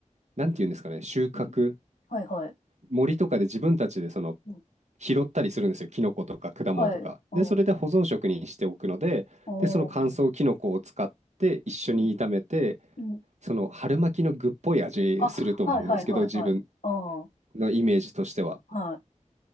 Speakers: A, on the right; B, on the left.
A: なんていうんですかね、収穫、
B: んうんはいはい。
A: 森とかで自分たちでその
B: うん
A: 拾ったりするんですよ、キノコとか果物とか。
B: はい。おー
A: で、それで保存食にしておくので、
B: おー。
A: で、その乾燥キノコを使って一緒に炒めて、
B: うん。うん。
A: その春巻きの具っぽい味すると思うんですけど、
B: あ、はいはいはいはい。
A: 自分
B: ああ、は
A: のイメージとしては。
B: い。